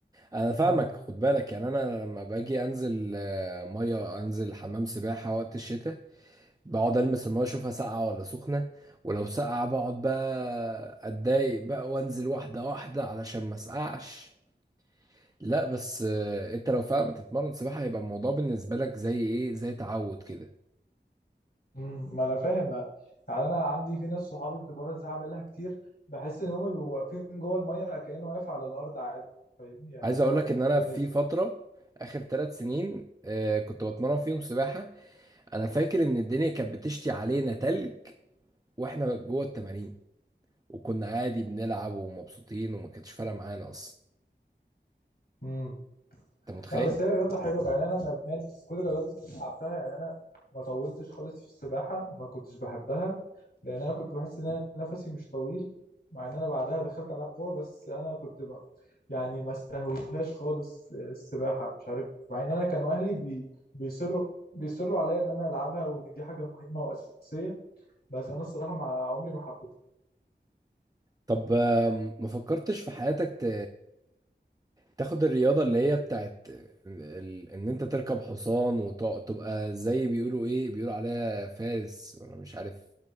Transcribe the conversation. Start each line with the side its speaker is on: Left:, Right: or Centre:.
Right: انا فاهمك
Left: فاهم
Right: خد بالك يعني انا لما باجي انزل آه، ميه انزل حمام سباحه وقت الشتاء بقعد المس الميه اشوفها ساقعه ولا سخنه ولو ساقعه بقعد بقى اتضايق بقى وانزل واحده واحده علشان ما اسقعش لا بس آه، انت لو فعلا بتتمرن سباحه هيبقى الموضوع بالنسبه لك زي ايه زي تعود كده
Left: مم، ما انا فاهم يعني انا عندي في ناس صحابي بتبقى رد ساعه بقالها كتير بحس ان هم بيبقوا واقفين جوه الميه كانه واقف على الارض عادي فاهمني يعني
Right: عايز
Left: هو
Right: اقول لك ان انا
Left: بالنسبه
Right: في فتره اخر ثلاث سنين آه كنت بتمرن فيهم سباحه انا فاكر ان الدنيا كانت بتشتي علينا تلج واحنا جوه التمارين وكنا عادي بنلعب ومبسوطين وما كانتش فارقه معانا اصلا
Left: مم.
Right: انت متخيل
Left: لا بس هي رياضة حلوة يعني أنا ندمان من كل الرياضات اللي أنا لعبتها يعني أنا ما طولتش خالص في السباحة ما كنتش بحبها لأن أنا كنت بحس إن أنا نفسي مش طويل مع إن أنا بعدها دخلت ألعاب قوة بس أنا كنت ب... يعني ما استهوتهاش خالص السباحة مش عارف مع إن أنا كانوا أهلي بي... بيصروا بيصروا عليا إن أنا ألعبها وإن دي حاجة مهمة وأساسية بس أنا الصراحة مع عمري ما حبيتها
Right: طب آم، ما فكرتش في حياتك ت... تاخد الرياضه اللي هي بتاعت ال... ان انت تركب حصان وتبقى زي بيقولوا ايه بيقولوا عليها فارس ولا مش عارف